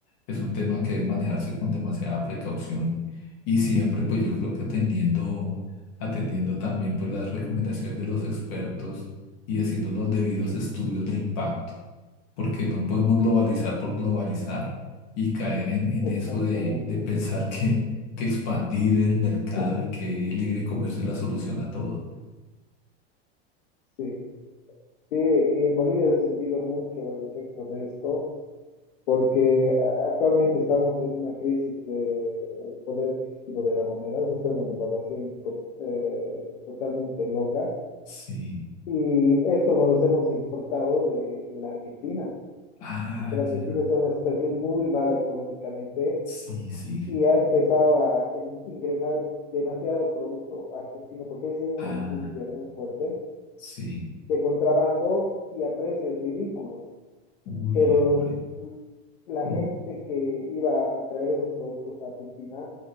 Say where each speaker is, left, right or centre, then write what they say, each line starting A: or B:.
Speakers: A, on the left (about 40°); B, on the left (about 70°).
A: es un tema que debe manejarse con demasiada precaución y siempre pues yo creo que atendiendo, atendiendo también pues las recomendaciones de los expertos y haciendo los debidos estudios de impacto, porque no podemos globalizar por globalizar y caer en, en eso
B: Exactamente.
A: de, de pensar que, que expandir el mercado
B: <laughs>
A: y que el libre comercio es la solución a todo.
B: Sí, sí, y en Bolivia se ha sentido mucho el efecto de esto. porque actualmente estamos en una crisis del poder adquisitivo de la moneda, o sea, está una devaluación to- eh, totalmente loca
A: Sí,
B: y esto nos los hemos importado de, de la Argentina,
A: ah,
B: porque la Argentina
A: ya,
B: está en una situación muy mala económicamente
A: sí, sí,
B: y ha empezado a en- ingresar demasiado producto argentino, porque es una
A: ah,
B: industria muy fuerte
A: sí,
B: de contrabando y a precios ridículos.
A: uy,
B: pero
A: hombre,
B: los, la
A: Mm,
B: gente que iba a traer esos productos a Argentina